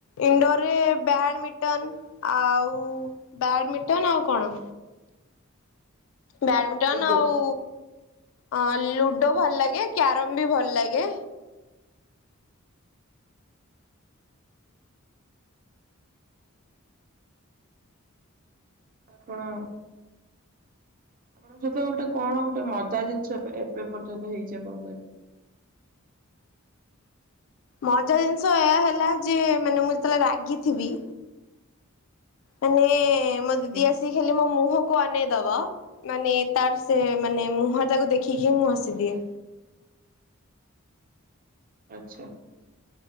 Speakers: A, on the left; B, on the right.
A: ଇଣ୍ଡୋର ରେ ବ୍ୟାଡମିଣ୍ଟନ ଆଉ ଉ ବ୍ୟାଡ଼ମିଣ୍ଟନ ଆଉ କଣ? ବ୍ୟାଡମିଣ୍ଟନ
B: ଲୁଡୋ
A: ଆଉ ଅ ଲୁଡୋ ଭଲ ଲାଗେ କ୍ୟାରମ ବି ଭଲ ଲାଗେ।
B: ଆପଣ ଆପଣଙ୍କ ସହିତ ଗୋଟେ କଣ ଗୋଟେ ମଜା ଜିନିଷ ଏବେ ଏବେ ପର୍ଯ୍ୟନ୍ତ ହେଇଚି ଆପଣ କହିଲେ। <inaudible>
A: ମଜା ଜିନିଷ ଏଇଆ ହେଲା ଯେ ମାନେ ମୁଁ ଯେତେବେଳେ ରାଗିଥିବି ମାନେ ମୋ
B: ଆଜ୍ଞା
A: ଦିଦି ଆସି ହେଲି ମୋ ମୁହଁ କୁ ଅନେଇଦବ ମାନେ ତାର ସେ ମାନେ ମୁହଁ ଟାକୁ ଦେଖିକି ହି ମୁଁ ହସିଦିଏ।
B: <inaudible> ଆଚ୍ଛା।